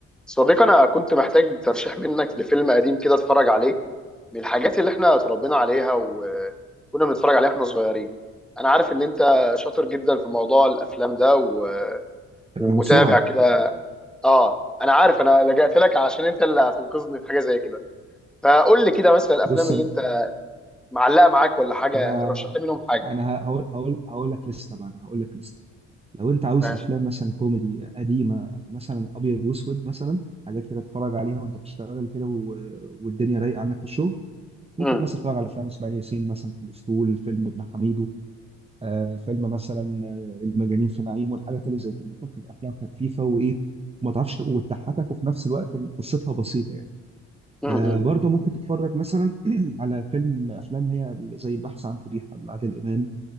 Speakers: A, in the centre; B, on the right.
A: صديقي انا كنت محتاج ترشيح منك لفيلم قديم كده اتفرج عليه من الحاجات اللي احنا اتربينا عليها وكنا بنتفرج عليها احنا صغيرين انا عارف ان انت شاطر جدا في موضوع الافلام ده و...
B: انا
A: ومتابع
B: موسوعه
A: كده اه انا عارف انا لجأت لك عشان انت اللي هتنقذني في حاجه زي كده فقول لي كده مثلا الافلام
B: بص
A: اللي
B: انا
A: انت معلقه معاك ولا حاجه
B: انا
A: رشح لي منهم حاجه
B: انا هقول هقول هقول لك لسته بقى انا هقول لك لسته لو انت عاوز
A: ماشي
B: افلام مثلا كوميدي قديمه مثلا ابيض واسود مثلا حاجات كده تتفرج عليها وانت بتشتغل كده و... والدنيا رايقه عندك في الشغل ممكن
A: امم
B: مثلا تتفرج على افلام اسماعيل ياسين مثلا في الاسطول فيلم ابن حميدو آه فيلم مثلا آه، المجانين في نعيم والحاجات اللي زي كده بتكون حاجة- افلام خفيفه وايه وما تعرفش وتضحكك وفي نفس الوقت قصتها بسيطه يعني
A: امم
B: آه برضه ممكن تتفرج مثلا <clears throat> على فيلم افلام هي زي البحث عن فضيحه لعادل امام